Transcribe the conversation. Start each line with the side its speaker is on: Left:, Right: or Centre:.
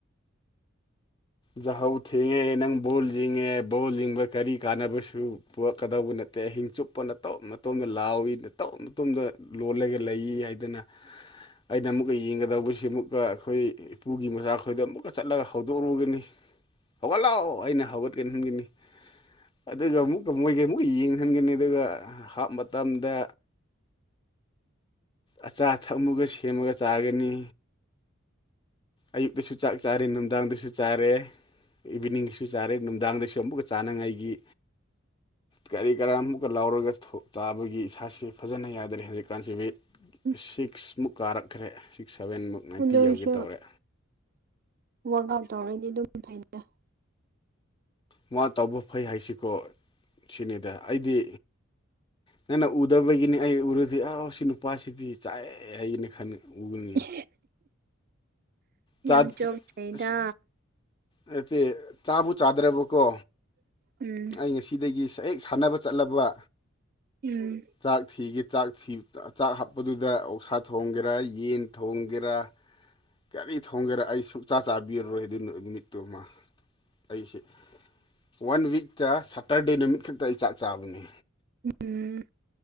Right: <inaudible>
Left: ꯖꯍꯧ ꯊꯦꯡꯉꯦ ꯅꯪ ꯕꯣꯜ ꯌꯦꯡꯉꯦ ꯕꯣꯜ ꯌꯦꯡꯕ ꯀꯔꯤ ꯀꯥꯟꯅꯕꯁꯨ ꯄꯨꯔꯛꯀꯗꯧꯕ ꯅꯠꯇꯦ ꯑꯍꯤꯡ ꯆꯨꯞꯄ ꯅꯇꯣꯝ ꯅꯇꯣꯝꯗ ꯂꯥꯎꯏ ꯅꯇꯣꯝ ꯅꯇꯣꯝꯗ ꯂꯣꯜꯂꯒ ꯂꯩ ꯍꯥꯏꯗꯅ ꯑꯩꯅ ꯑꯃꯨꯛꯀꯥ ꯌꯦꯡꯒꯗꯧꯕꯁꯤ ꯑꯃꯨꯛꯀ ꯑꯈꯣꯏ ꯄꯨꯨꯒꯤ ꯃꯆꯥꯈꯣꯏꯗꯣ ꯑꯃꯨꯛꯀꯥ ꯆꯠꯂꯒ ꯍꯧꯗꯣꯛꯂꯨꯒꯅꯤ ꯍꯧꯒꯠꯂꯣ ꯑꯩꯅ ꯍꯧꯒꯠꯀꯟꯍꯟꯒꯅꯤ ꯑꯗꯨꯒ ꯑꯃꯨꯛꯀ ꯃꯣꯏꯒ ꯑꯃꯨꯛ ꯌꯦꯡꯍꯟꯒꯅꯤ ꯑꯗꯨꯒ ꯍꯥꯞ ꯃꯇꯝꯗ ꯑꯆꯥ ꯑꯊꯛ ꯑꯃꯨꯛꯀꯥ ꯁꯦꯝꯃꯒ ꯆꯥꯒꯅꯤ ꯑꯌꯨꯛꯇꯁꯨ ꯆꯥꯛ ꯆꯥꯔꯦ ꯅꯨꯡꯗꯥꯡꯗꯁꯨ ꯆꯥꯔꯦ ꯏꯚꯤꯅꯤꯡꯒꯤꯁꯨ ꯆꯥꯔꯦ ꯅꯨꯡꯗꯥꯡꯗꯁꯨ ꯑꯃꯨꯛꯀ ꯆꯥꯅꯉꯥꯏꯒꯤ ꯀꯔꯤ ꯀꯔꯥ ꯑꯃꯨꯛꯀ ꯂꯥꯎꯔꯒ ꯆꯥꯕꯒꯤ ꯏꯁꯥꯁꯤ ꯐꯖꯅ ꯌꯥꯗ꯭ꯔꯦ ꯍꯧꯖꯤꯛꯀꯥꯟꯁꯦ ꯋꯦꯠ
Right: ꯎꯝ
Left: ꯁꯤꯛꯁꯃꯨꯛ ꯀꯥꯔꯛꯈ꯭ꯔꯦ ꯁꯤꯛꯁ ꯁꯚꯦꯟꯃꯨꯛ ꯅꯥꯏꯟꯇꯤ
Right: ꯑꯗꯣꯏꯁꯨ
Left: ꯌꯧꯒꯦ ꯇꯧꯔꯦ
Right: ꯋꯥꯛ ꯑꯥꯎꯠ ꯇꯧꯔꯗꯤ ꯑꯗꯨꯝ <unintelligible>
Left: ꯃꯥ ꯇꯧꯕ ꯐꯩ ꯍꯥꯏꯁꯤꯀꯣ ꯁꯤꯅꯤꯗ ꯑꯩꯗꯤ ꯅꯪꯅ ꯎꯗꯕꯒꯤꯅꯤ ꯑꯩ ꯎꯔꯗꯤ ꯁꯤ ꯅꯨꯄꯥꯁꯤꯗꯤ ꯆꯥꯏꯑꯦ ꯍꯥꯏꯒꯅꯤ ꯈꯟ ꯎꯒꯅꯤ
Right: ꯏꯁ
Left: ꯆꯥ
Right: ꯌꯥꯝ ꯆꯣꯞꯆꯩꯗ
Left: ꯑꯁ ꯅꯠꯇꯦ ꯆꯥꯕꯨ ꯆꯥꯗ꯭ꯔꯕꯀꯣ
Right: ꯎꯝ
Left: ꯑꯩ ꯉꯁꯤꯗꯒꯤ ꯍꯦꯛ ꯁꯥꯟꯅꯕ ꯆꯠꯂꯕ
Right: ꯎꯝ
Left: ꯆꯥꯛ ꯊꯤꯒꯦ ꯆꯥꯛ ꯊꯤꯕ ꯆꯥꯛ ꯍꯥꯞꯄꯗꯨꯗ ꯑꯣꯛꯁꯥ ꯊꯣꯡꯒꯦꯔꯥ ꯌꯦꯟ ꯊꯣꯡꯒꯦꯔꯥ ꯀꯔꯤ ꯊꯣꯡꯒꯦꯔꯥ ꯑꯩ ꯁꯨꯛꯆꯥ ꯆꯥꯕꯤꯔꯔꯣꯏ ꯑꯗꯨꯏ ꯅꯨꯃꯤꯠꯇꯨꯃꯥ ꯑꯩꯁꯤ ꯋꯥꯟ ꯋꯤꯛꯇ ꯁꯠꯇꯔꯗꯦ ꯅꯨꯃꯤꯠ ꯈꯛꯇ ꯑꯩ ꯆꯥꯛ ꯆꯥꯕꯅꯤ
Right: ꯎꯝ